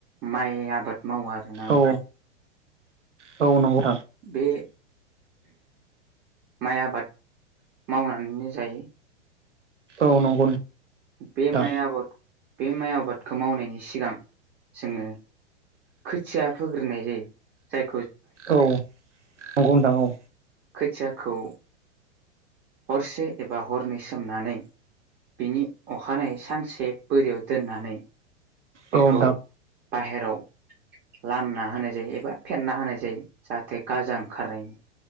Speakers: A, on the right; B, on the right.
A: माइ आबाद मावो आरोना नोंथां
B: औ औ नांगौ
A: बे माइ आबाद मावनानैनो जायो
B: औ नंगौ
A: बे
B: नोंथां
A: माइ आबाद बे माइ आबाद खो मावनायनि सिगां जोङो खोथिया फोग्रोनाय जायो जाय
B: औ नंगौ नोंथां औ
A: खोथियाखौ हरसे एबा हरनै सोमनानै बिनि अखानायै सानसे बोरियाव दोननानै
B: औ
A: बेखौ बाहेराव लामना होनाय जायो एबा फेना होनाय जायो जाहाथे गाजा ओंखारो